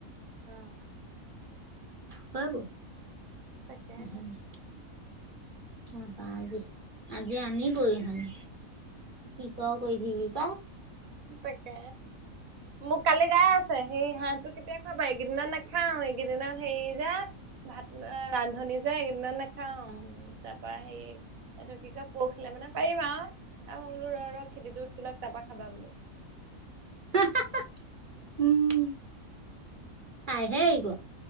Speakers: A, on the right (about 70°); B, on the right (about 35°).
A: অ',
B: তই
A: তাকেহে
B: <unintelligible> বা আজি আজি আনিবই সেনো কি ক কৰি থাকিবি প
A: তাকে মোক কালি গাই আছে সেই হাঁহটো কেতিয়া খাবা এইকেইদিনত নেখাও এইকেইদিন সেই যে ভাত আ ৰান্ধনি যে <unintelligible> নেখাও তাৰ পা হেৰি এটো কি কয় পৰহিলে মানে পাৰিম আৰ তাৰপা বোলো ৰ'- ৰ' খেতিটো উঠিলক তাৰপা খাবা বোলো।
B: <unintelligible> উম, খাইহে এৰিব।